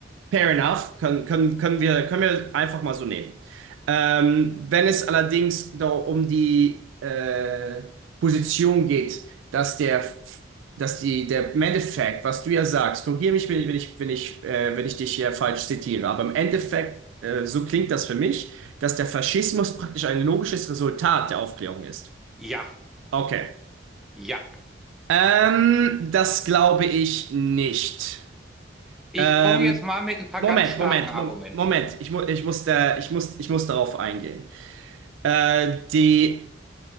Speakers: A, on the right; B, in the centre.
A: Fair enough, können, können, können wir, können wir einfach mal so nehmen. Ähm, wenn es allerdings da um die äh, Position geht, dass der, dass die, der im Endeffekt, was du ja sagst, korrigiere mich, wenn ich, wenn ich, wenn ich, äh, wenn ich dich hier falsch zitiere, aber im Endeffekt, äh, so klingt das für mich, dass der Faschismus praktisch ein logisches Resultat der Aufklärung ist.
B: ja,
A: Okay.
B: ja.
A: Ähm, das glaube ich nicht.
B: Ich
A: Ähm,
B: komme jetzt mal mit ein paar
A: Moment,
B: ganz starken
A: Moment,
B: Argumenten.
A: Mom- Moment. Ich, mu ich muss da, ich muss, ich muss darauf eingehen. Äh, die